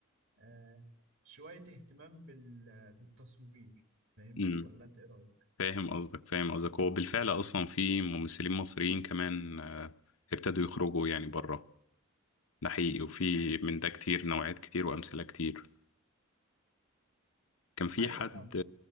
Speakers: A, on the right (about 65°); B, on the left (about 75°).
A: آه، شوية اهتمام بال- بالتصوير فاهمني
B: امم
A: ولا انت ايه رأيك؟
B: فاهم قصدك فاهم قصدك هو بالفعل اصلا في ممثلين مصريين كمان آه، ابتدوا يخرجوا يعني بره ده حقيقي وفي من ده كتير نوعيات كتير وامثله كتير كان في
A: ايوه
B: حد
A: فاهم